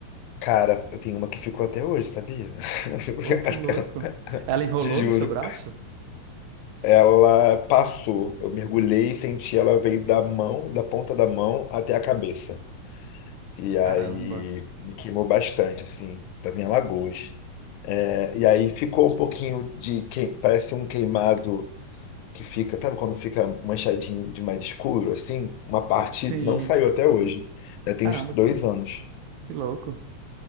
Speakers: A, on the left (about 85°); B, on the right (about 80°).
A: Cara, eu tenho uma que ficou até hoje, sabia? <laughs>
B: Pô, que louco.
A: Até-
B: Ela enrolou
A: Te juro.
B: no seu braço?
A: Ela passou, eu mergulhei e senti ela veio da mão, da ponta da mão até a cabeça. E
B: Caramba.
A: aí me queimou bastante, assim, tava em Alagoas. É, e aí ficou um pouquinho de que parece um queimado que fica, sabe quando fica manchadinho de mais escuro, assim? Uma parte
B: Sim,
A: não saiu até hoje, já tem
B: caramba,
A: uns dois
B: que,
A: anos.
B: que louco.